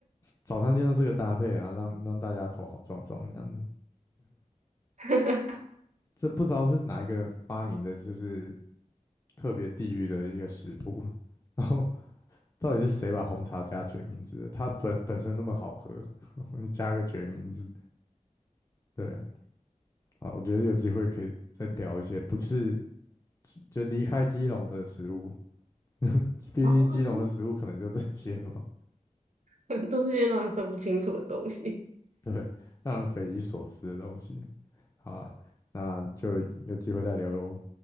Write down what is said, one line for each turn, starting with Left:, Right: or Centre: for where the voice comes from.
Left: 早餐店都这个搭配啊，让让大家头好撞撞这样子。
Right: <laughs>
Left: 这不知道是哪一个人发明的，就是特别地狱的一个食谱。<laughs> 然后到底是谁把红茶加决明子的它本本身那么好喝，<laughs> 你加个决明子，对啊。好我觉得有机会可以再聊一些不是就离开基隆的食物，<laughs> 毕竟基隆的食物可能就这些了嘛。
Right: 好啊，<laughs> 都是些让人分不清楚的东西。
Left: 对，让人匪夷所思的东西。好啊，那就有机会再聊喽。